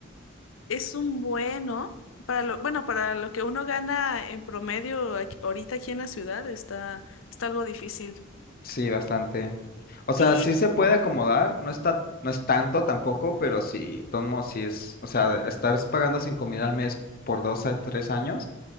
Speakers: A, on the left; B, on the left.
A: Es un bueno para lo, bueno, para lo que uno gana en promedio aquí- ahorita aquí en la ciudad está, está algo difícil.
B: Sí, bastante. O sea,
A: Y
B: sí se puede acomodar, no está, no es tanto tampoco, pero sí, de todos modos sí es, o sea, estar pagando cinco mil al mes por dos a tres años,